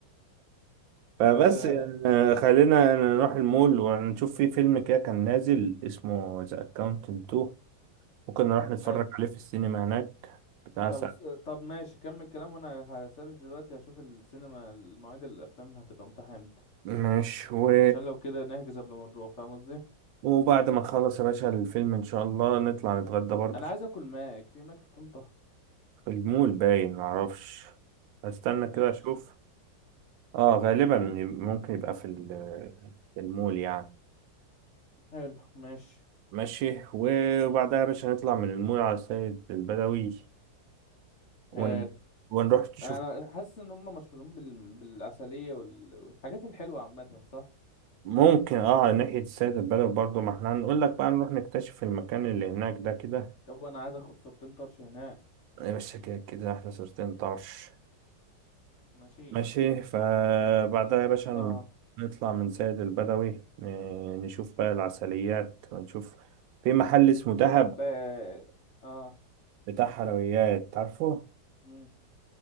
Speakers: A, on the right; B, on the left.
A: فبس
B: يا باشا
A: يعني
B: نجيب
A: آه،
B: مدلع
A: خلينا نروح المول ونشوف في فيلم كده كان نازل اسمه ذا اكاونتنت 2 ممكن نروح نتفرج
B: حلو
A: عليه في السينما هناك بتاع
B: طب
A: ساعة
B: اس... طب ماشي كمل كلام وانا هسرش دلوقتي هشوف السينما المواعيد الافلام هتبقى متاحه امتى
A: ماشي و...
B: عشان لو كده نحجز قبل ما نروح فاهم قصدي
A: وبعد ما نخلص يا باشا الفيلم ان شاء الله نطلع نتغدى برضه
B: انا عايز اكل ماك في ماك في طنطا
A: في المول باين معرفش هستنى
B: ماشي
A: كده اشوف اه غالبا ممكن يبقى في ال- في المول يعني
B: حلو ماشي
A: ماشي وبعدها
B: امم
A: يا باشا نطلع من المول على سيد البدوي ون...
B: حلو
A: ونروح نشوف
B: انا حاسس ان هم مشهورين بال... بالعسليه وال... والحاجات الحلوه عامه صح
A: ممكن اه ناحية السيد البدوي برضه ما احنا هنقول لك بقى نروح نكتشف المكان اللي هناك ده كده
B: يابا انا عايز اخد صورتين طرش هناك
A: يا باشا كده كده احنا صورتين طرش
B: ماشي
A: ماشي فبعدها يا باشا
B: اه
A: نطلع من سيد البدوي ن- نشوف بقى العسليات ونشوف في محل اسمه دهب
B: طب اه آه،
A: بتاع حلويات عارفه
B: مم.